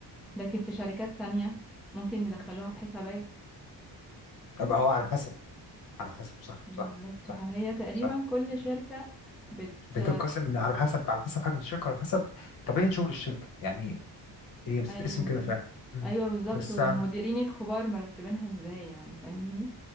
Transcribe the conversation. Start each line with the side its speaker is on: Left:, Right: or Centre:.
Centre: لكن في شركات تانية ممكن يدخلوها في حسابات
Left: ابقى هو على حسب على حسب صح
Centre: بالظبط
Left: صح صح
Centre: فهي تقريبا
Left: صح
Centre: كل شركة بت
Left: بتنقسم على حسب على حسب حجم الشركه على حسب طبيعه شغل الشركه يعني هي بتتقسم
Centre: ايوه
Left: كده فعلا مم.
Centre: ايوه بالظبط
Left: بس
Centre: والمديرين الكبار مرتبينها ازاي يعني فاهمني